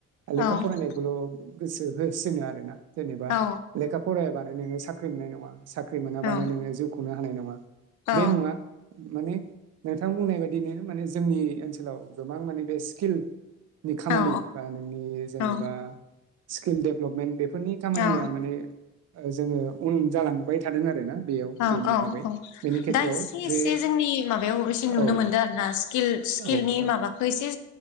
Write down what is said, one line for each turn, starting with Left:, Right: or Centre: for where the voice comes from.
Right: लेखा
Left: औ
Right: फरायनायखौल' गोसो होसिनो आरो ना। जेनेबा
Left: औ
Right: लेखा फरायाबानो नोङो साख्रि ख्रि मोननाय नङा। साख्रि मोनाबानो
Left: औ
Right: नोङो जिउ खुंनो हानाय नङा
Left: औ
Right: बे नङा माने नोंथां बुंनाय बायदि दिनो माने जोंनि ओनसोलाव गोबां माने बे स्किल नि खामानि
Left: औ
Right: बा नोंनि जेनेबा
Left: औ
Right: स्किल देभेलपमेन्ट बे बेफोरनि खामानिया
Left: औ
Right: माने जोङो उन जालांबाय थादों आरोना। बेयाव
Left: औ
Right: बेनि
Left: औ
Right: बागै
Left: औ
Right: बेनि खेथ्रआव
Left: दा इसे इसे
Right: जे
Left: जोंनि माबायाव एसे
Right: औ
Left: नुनो मोनदों आरो ना स्किल स्किलनि
Right: औ औ
Left: माबाखौ एसे